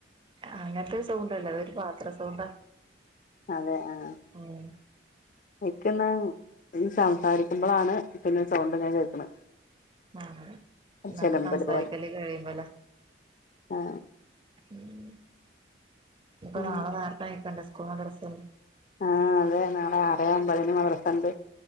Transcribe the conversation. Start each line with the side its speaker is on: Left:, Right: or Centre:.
Right: അങ്ങനത്തെ സൗണ്ടല്ലോ അത് ഒര് പാത്ര സൗണ്ടാ
Left: അതെ ആഹ്
Right: ഉം
Left: ഇക്ന്നാ ഈ സംസാരിക്ക്മ്പളാണ് പിന്നെ സൗണ്ട് ഞാൻ കേക്കാണേ
Right: ആഹ് <unintelligible>
Left: ചെലമ്പല്
Right: സംസാരിക്കാല്ല്
Left: പോലെ
Right: ട്ടാര കയിമ്പാള
Left: ആ
Right: ഉം ഇപ്പൊ
Left: ഉം.
Right: നാളെ നേറത്തെ അയക്കണ്ടേ സ്കുളാ മദ്രസ്
Left: ആഹ് അതെ നാളെ ആറെ അമ്പതിന് മദ്രസ ഇണ്ട്